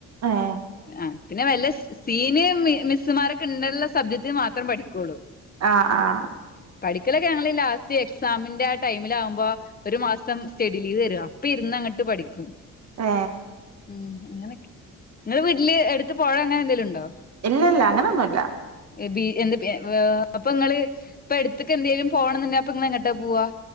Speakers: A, on the right (about 55°); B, on the left (about 30°).
A: ഏഹ്
B: ആഹ് പിന്നെ വല്ല സീന് മി മിസ്സുമാരൊക്കെ ഉണ്ടുള്ള സബ്ജക്റ്റ് മാത്രം പഠിക്കുള്ളൂ
A: ആഹ് ആഹ്
B: പഠിക്കലൊക്കെ ഞങ്ങള് ഇനി ലാസ്റ്റ് എക്സാമിന്റെ ആ ടൈമില് ആകുമ്പോ ഒരു മാസം സ്റ്റഡി ലീവ് തരും അപ്പൊ ഇരുന്ന് അങ്ങോട്ട് പഠിക്കും
A: ഏ
B: ഉം അങ്ങനൊക്കെ നിങ്ങള് വീട്ടില് എടുത്ത് പൊഴ അങ്ങനെന്തേലും ട്ട്ണ്ടോ
A: ഇല്ല ഇല്ല അങ്ങനൊന്നുമില്ല
B: എബി <unintelligible> അപ്പൊ നിങ്ങള് ഇപ്പൊ എടുത്തേക്ക്‌ എന്തേലും പോണം എന്നു ഇപ്പം ഇന്ന് എങ്ങട്ടാ പോവാ